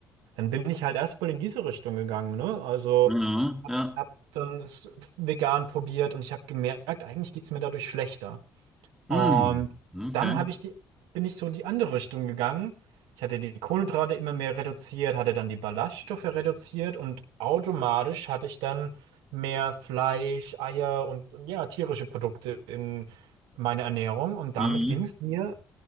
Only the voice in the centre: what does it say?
Mhm.
Ja.
Mhm.
Okay.
Mhm.